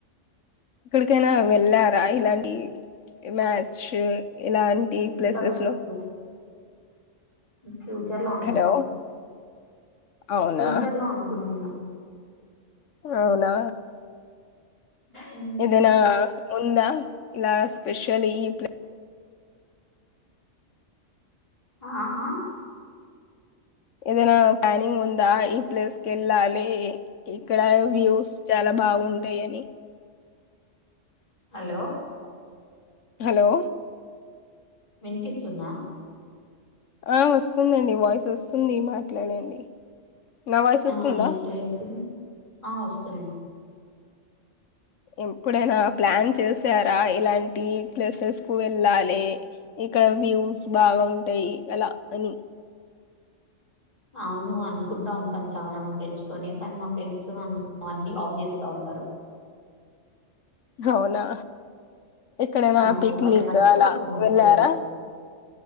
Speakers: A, on the left; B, on the left.
A: ఇక్కడికైనా వెళ్ళారా ఇలాంటి మ్యాచు ఎలాంటి
B: ఇంకా
A: ప్లేసెస్
B: వెళ్ళలేదు.
A: లో
B: ఫ్యూచర్లో అనుకుంటాం
A: హలో అవునా
B: ఫ్యూచర్ లో అనుకుంటున్నా
A: అవునా
B: హ్మ్.
A: ఇదనా ఉందా ఇలా స్పెషలీ ఈ ప్లే
B: ఆ
A: ఏదనా పనింగ్ ఉందా ఈ ప్లేస్ క ఎల్ అే ఇక్కడ వ్యూస్ చాలా బాగుంటాయి అని
B: హలో
A: హలో
B: వినిపిస్తుందా
A: ఆ వస్తుందండి వాయిస్ వస్తుంది మాట్లాడండి నా వయసు
B: ఆ!
A: వస్తుందా
B: ఏంటో చెప్తున్నా. ఆ వస్తుంది
A: ఎప్పుడైనా ప్లాన్ చేసారా ఇలాంటి ప్లేసెస్ కు వెళ్ళాలి ఇక్కడ వ్యూస్ బాగా ఉంటాయి అలా అని
B: అవును అనుకుంటా ఉంటాం చాలనా మా ఫ్రెండ్స్ తోనే కానీ మా ఫ్రెండ్స్ అవన్నీ ఆప్ చేస్తా ఉంటాం సరు
A: అవునా ఎక్కడైనా
B: ఆ
A: పిక్నిక్
B: ఒకరికి నచ్చితే
A: అలా
B: ఒకరికి నచ్చదు
A: వెళ్ళారా